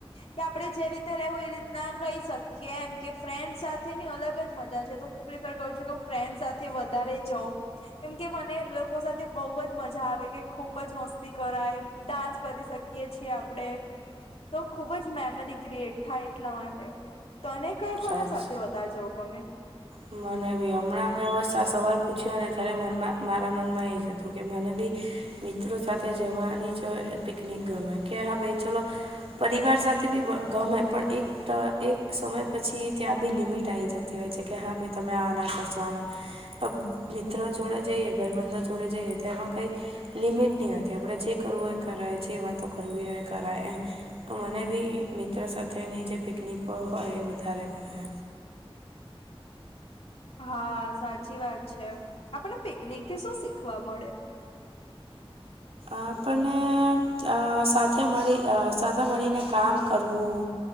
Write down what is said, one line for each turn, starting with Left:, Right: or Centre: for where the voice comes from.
Left: કે આપડણે જે રીતે રેવું, એ રીતના રઈ શકીએ એમ, કે ફ્રેન્ડ સાથેની અલગ જ મજા છે. તો હું પ્રિફર કર છુ કે હું ફ્રેન્ડ સાથે વધારે જવ કેમ કે મને લોકો સાથે બઉ જ મજા આવે, કે ખુબ જ મસ્તી કરાય ડાન્સ કરી સ કીએ છે આપડણે. તો ખુબ જ મેમરી ક્રિએટ થાય, એટલા મા ટે. તને કય કોના
Right: સાચ
Left: સાથે વધારે જવું ગમે?
Right: મને બી હમણા મે બસ આ સવાલ પૂછ્યો ને, ત્યારે મનમા મારા મનમા એ જ હતું કે મને બી મિત્રો સાથે જવાની જ પિકનિક ગમે. કે હા ભઈ, ચલો. પરિવાર સાથે બી બ ગમે પણ એક ટ એક સમય પછી, ત્યાં બી લિમિટ આવી જ તી હોય છે, કે હા ભાઈ તમે આ ના કરસો આ ના અબ મિત્ર જોડે જઈએ, ભઈબંધો જોડે જઈએ તો એમાં કઈ લિમિટ નઈ હતી. આપડે જે કરવું હો એ કરાય, જે વાતો કરવી હોય એ કરાય એ તો મને બી મિત્રો સાથેની જે પિકનિકો હોય, એ વધારે ગમે.
Left: હા, સાચી વાત છે. આપડણને પિકનિક થી શું શીખવા મળે?
Right: આપને આ સાથે મળી આ સાથે મળીને કામ કરવું.